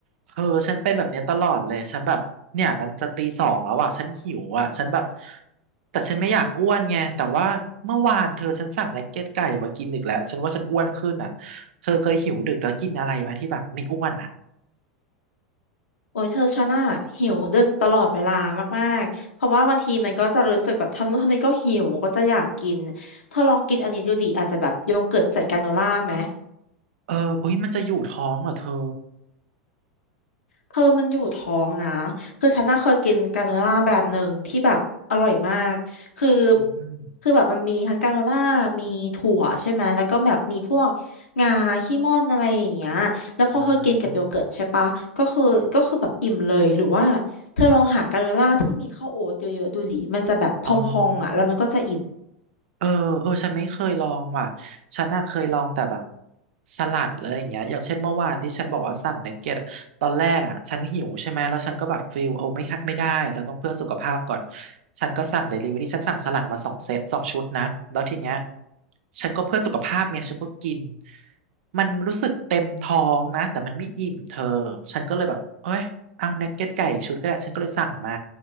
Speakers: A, on the right (about 70°); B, on the left (about 85°).
A: เธอฉันเป็นแบบเนี้ยตลอดเลยฉันแบบเนี่ยมันจะตีสองแล้วอ่ะฉันหิวอ่ะฉันแบบแต่ฉันไม่อยากอ้วนไงแต่ว่าเมื่อวานเธอฉันสั่งนักเก็ตไก่มากินอีกแล้วฉันว่าฉันอ้วนขึ้นอ่ะเธอเคยหิวดึกแล้วกินอะไรไหมที่แบบไม่อ้วนอ่ะ
B: โอ้ยเธอชานาหิวดึกตลอดเวลามากๆเพราะว่าบางทีมันก็จะรู้สึกแบบทำนู่นทำนี่ก็หิวก็จะอยากกินเธอลองกินอันนี้ดูดิอาจจะแบบโยเกิร์ตใส่กราโนล่าไหม
A: เออเอ้ยมันจะอยู่ท้องเหรอเธอ
B: เธอมันอยู่ท้องนะคือฉันน่าเคยกินกราโนล่าแบรนด์หนึ่งที่แบบอร่อยมากคือ
A: อืมอืม
B: คือแบบมันมีทั้งกราโนล่ามีถั่วใช่ไหมแล้วก็แบบมีพวกงาขี้ม่อนอะไรอย่างเงี้ยแล้วพอเธอกินกับโยเกิร์ตใช่ปะก็คือก็คือแบบอิ่มเลยหรือว่า
A: อืมอ่า
B: เธอลองหากราโนล่าที่มีข้าวโอ๊ตเยอะๆดูดิมันจะแบบพองๆอ่ะแล้วมันก็จะอิ่ม
A: อ๋อ เออเออฉันไม่เคยลองว่ะ ฉันน่ะเคยลองแต่แบบสลัดอะไรอย่างเงี้ยอย่างเช่นเมื่อวานที่ฉันบอกว่าสั่งเนกเก็ตอะตอนแรกอ่ะฉันหิวใช่ไหมแล้วฉันก็แบบฟิลโอ้ไม่ค่ะไม่ได้เราต้องเพื่อสุขภาพก่อนฉันก็สั่งเดลิเวอรี่ฉันสั่งสลัดมาสองเซตสองชุดนะแล้วทีเนี้ยฉันก็เพื่อสุขภาพเนี่ยฉันก็กินมันรู้สึกเต็มท้องนะแต่มันไม่อิ่มเธอฉันก็เลยแบบเอ้ยเอาเนกเก็ตไก่อีกชุดก็ได้ฉันก็เลยสั่งมา